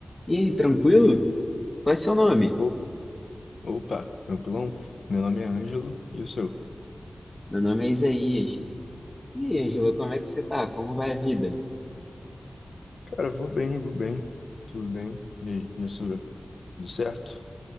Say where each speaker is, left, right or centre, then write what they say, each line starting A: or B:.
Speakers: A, on the left (about 20°); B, on the left (about 85°).
A: E aí, tranquilo? Qual é seu nome?
B: O- Opa, tranquilão? Meu nome é Ângelo e o seu?
A: Meu nome é Isaías. E aí, Ângelo, como é que você tá? Como vai a vida?
B: Cara, vou bem, vou bem, tudo bem. E aí, e a sua? Tudo certo?